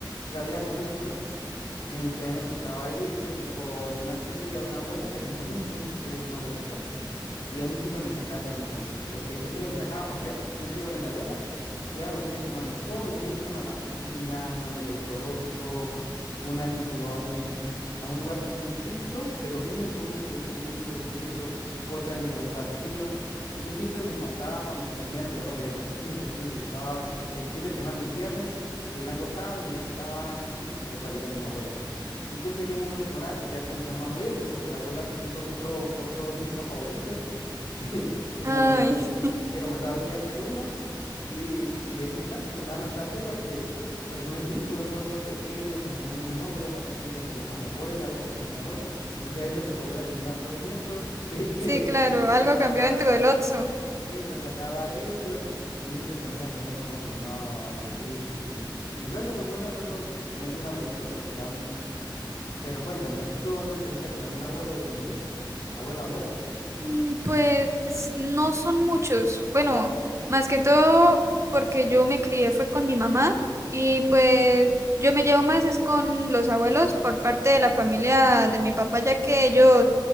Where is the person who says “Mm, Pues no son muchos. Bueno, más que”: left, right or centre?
Right